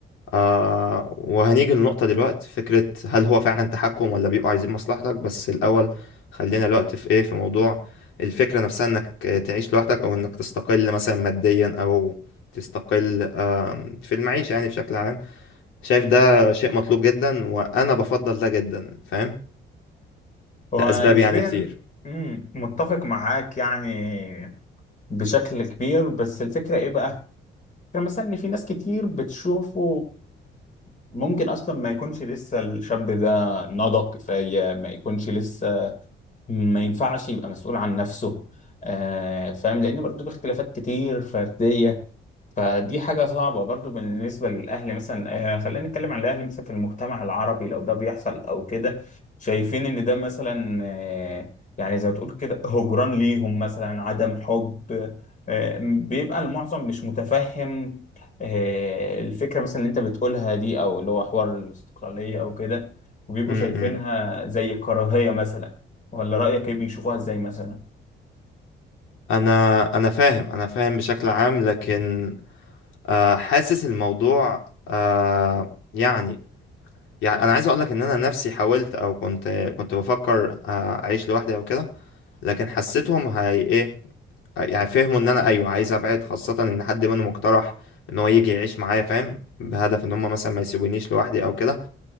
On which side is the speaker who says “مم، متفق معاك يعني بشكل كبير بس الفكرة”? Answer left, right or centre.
Left